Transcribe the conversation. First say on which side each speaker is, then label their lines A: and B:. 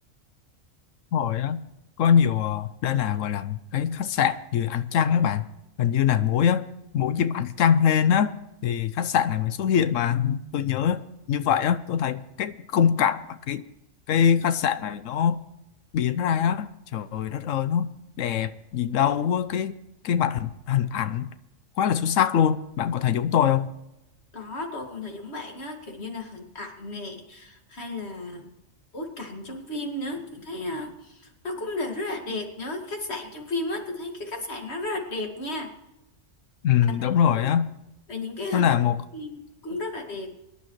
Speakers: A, on the left; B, on the left.
A: Hồi á có nhiều ờ, đây là gọi là một cái khách sạn dưới ánh trăng các bạn hình như là mỗi á mỗi dịp ánh trăng lên á thì khách sạn này mới xuất hiện mà Ừ. tôi nhớ như vậy á tôi thấy cái khung cảnh mà cái cái khách sạn này nó biến ra á trời đất ơi nó đẹp gì đâu á. cái cái mặt hình hình ảnh quá là xuất sắc luôn bạn có thấy giống tôi không
B: có tôi cũng thấy giống bạn á kiểu như là hình ảnh nè hay là bối cảnh trong phim nữa tôi thấy à, nó cũng đều rất là đẹp nữa khách sạn trong phim á tôi thấy cái khách sạn nó rất là đẹp nha
A: ừ
B: và những
A: đúng rồi
B: cái hình-
A: á
B: và những cái
A: nó
B: hình
A: là
B: ảnh
A: một
B: phim cũng rất là đẹp